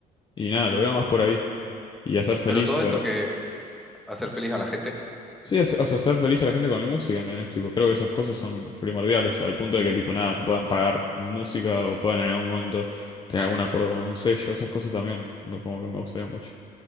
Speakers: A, on the left; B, in the centre.
A: Y nada, lo veo más por ahí. Y hacer feliz
B: Pero todo esto que hacer feliz a la gente
A: Sí, hace- o sea, hacer feliz a la gente con mi música, ¿entendés? Tipo, creo que esas cosas son primordiales, al punto de que, tipo, nada, puedan pagar mi música o puedan en algún momento tener algún acuerdo con algún sello, esas cosas también, me- como que me gustaría mucho.